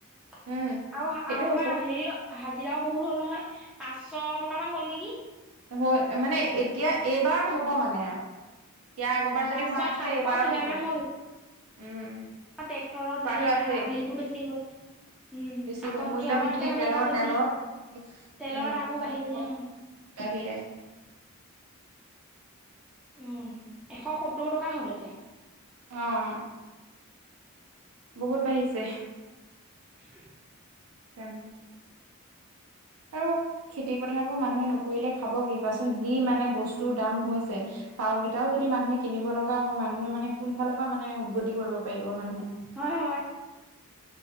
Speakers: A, in the centre; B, on the right.
A: <inaudible>
B: উম
A: আৰু
B: সেইটোয়ে
A: তোমাৰ
B: কৈছো
A: হেৰি হাজিৰাও বহুত হল নহয় পাঁচশ টকা মান হল নেকি।
B: হল মানে এতিয়া এইবাৰত হ'ব মানে আৰু ইয়াৰ
A: অ
B: আগৰবাৰ
A: পাঁচশ
B: যদি হোৱা নাছিলে
A: সাতশ
B: এইবাৰত
A: সিমান
B: হব।
A: মান
B: উম,
A: হ'ল ট্ৰেক্টৰত
B: হোৱাটো
A: সেই
B: আছেই
A: ভাড়া হেৰিটোও বেছি হ'ল। উম
B: বেছি
A: আগত
B: হ'ল মূল্য
A: যোৱাবাৰতকে
B: বৃদ্ধি
A: মানে
B: তেলৰ
A: এইবাৰ বেছি
B: - তেলৰ উম,
A: তেলৰ দামো বাঢ়িলহে
B: বাঢ়িলে।
A: অ <inaudible> উম, এশ সত্তৰ টকা হ'ল এতিয়া।
B: অহ, বহুত বাঢ়িছে।
A: <inaudible>
B: কাম। আৰু খেতি পথাৰবোৰ মানুহে নকৰিলে খাব কি কোৱাচোন, যি মানে বস্তুৰ দাম হৈছে। চাউল কেইটাও যদি মানুহে কিনিব লগা হয়, মানুহে মানে কোন ফালৰ পৰা মানে উদগতি কৰিব পাৰিব মানুহে।
A: হয় হয়।